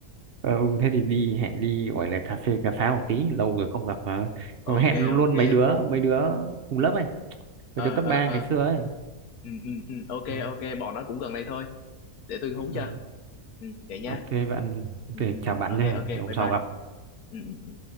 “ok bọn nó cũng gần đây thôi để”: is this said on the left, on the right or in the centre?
Left